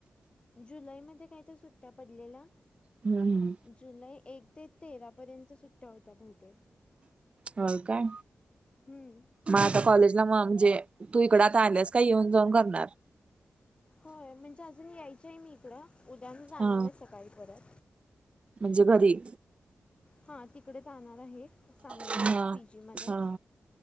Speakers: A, on the left (about 30°); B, on the right (about 30°).
A: जुलैमध्ये काय तर सुट्या पडलेल्या
B: हम्म
A: जुलै एक ते तेरा पर्यंत सुट्ट्या होत्या बहुतेक.
B: होय काय?
A: हम्म
B: मग आता कॉलेजला म म्हणजे तू इकड आता आल्यास काय? येऊन जाऊन करणार?
A: होय म्हणजे अजून यायची हाय मी इकड, उद्या मी जाणार
B: हा
A: आहे सकाळी परत.
B: म्हणजे घरी?
A: हां तिकडे जाणार आहे. सांगलीला
B: हा
A: पी जी मध्येच,
B: हा